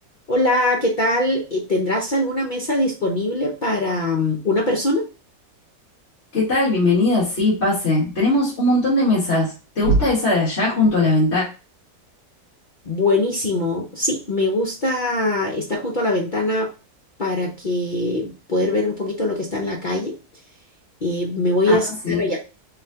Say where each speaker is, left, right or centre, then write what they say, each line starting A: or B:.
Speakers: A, on the left; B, on the left.
A: Hola, ¿qué tal? Eh, ¿Tendrás alguna mesa disponible para mm, una persona?
B: ¿Qué tal? Bienvenida. Sí, pase. Tenemos un montón de mesas. ¿Te gusta esa de allá junto a la ventana?
A: Buenísimo. Sí, me gusta estar junto a la ventana para que poder ver un poquito lo que está en la calle. Eh, me voy
B: Ah,
A: a sentar
B: sí.
A: allá.